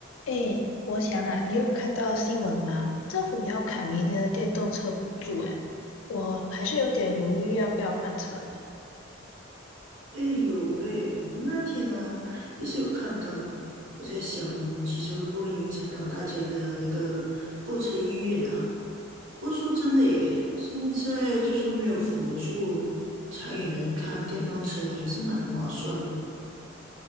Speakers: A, on the left; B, on the right.
A: 哎，我想啊，你有看到新闻吗？政府要砍明年的电动车补助，哎，我还是有点犹豫要不要换车呢。
B: 哎有喂，我那天哦也是有看到诶，我在想哦，其实会不会影响到大家的那个购车意愿啊？不过说真的耶，现在就算没有辅助，长远来看，电动车还是蛮划算的。